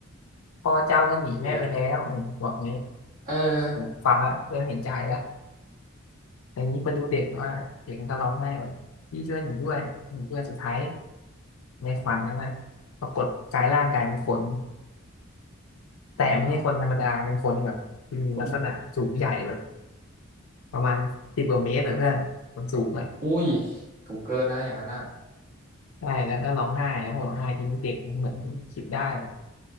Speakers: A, on the left (about 80°); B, on the right (about 45°).
A: พ่อเจ้าก็หนีแม่ไปแล้วเอ้ยบอกงี้
B: เชี่ยเออ
A: ผมฟังแล้วเริ่มเห็นใจแล้วแต่ทีนี้ไปดูเด็กว่าเด็กมันก็ร้องไห้ว่าพี่ช่วยหนูด้วยหนูด้วยสุดท้ายในขวัญนั้นน่ะปรากฏกายร่างกายเป็นคนแต่ไม่ใช่คนธรรมดาเป็นคนแบบมีลักษณะสูงใหญ่แบบ
B: อ้าวคน
A: ประมาณสิบกว่าเมตรอะเพื่อนคนสูงเลย
B: อุ้ยสูงเกินนะอย่างนั้นอ่ะ
A: ใช่แล้วก็ร้องไห้แล้วผมร้องไห้ทีนี้เด็กมันเหมือนคิดได้ว่า